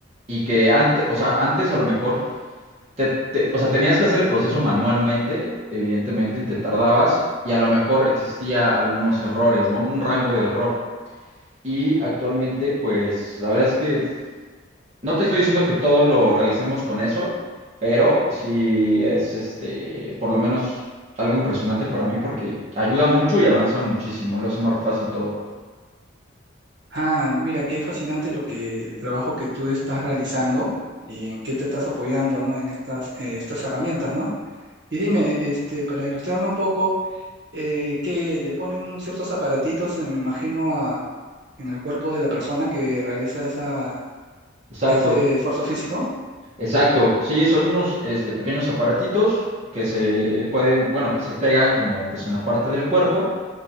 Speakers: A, on the right (about 35°); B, on the right (about 60°).
A: y que antes, o sea, antes a lo mejor, te, te- o sea, tenías que hacer el proceso manualmente, evidentemente, y te tardabas y a lo mejor existía algunos errores, ¿no? Un rango de error. Y actualmente, pues, la verdad es que no te estoy diciendo que todo lo realicemos con eso, pero sí es este, por lo menos algo impresionante para mí porque ayuda mucho y avanza muchísimo, lo hace más fácil todo.
B: ah, mira, qué fascinante lo que el trabajo que tú estás realizando y en qué te estás apoyando, ¿no? En estas, eh, estas herramientas, ¿no? Y dime, este, para ilustrarme un poco, eh, que le ponen ciertos aparatitos, eh, me imagino, a, en el cuerpo de la persona que realiza esa,
A: Exacto,
B: ese esfuerzo físico.
A: exacto. Sí, son unos este, pequeños aparatitos que se pueden, bueno, que se pegan como pues en la parte del cuerpo